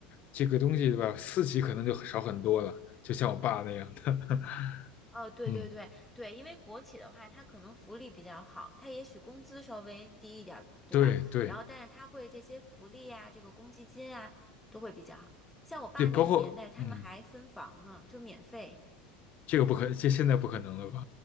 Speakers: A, on the left (about 35°); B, in the centre.
A: 这个东西对吧，私企可能就少很多了，就像我爸那样的。<laughs>
B: 哦，对对对对，
A: 嗯，
B: 因为国企的话，它可能福利比较好，它也许工资稍微低一点儿，对吧？
A: 对对
B: 然后，但是它会这些福利啊，这个公积金啊，都会比较好。像我爸那个年代，
A: 对，包括嗯，
B: 他们还分房呢，就免费。
A: 这个不可，这现在不可能了吧？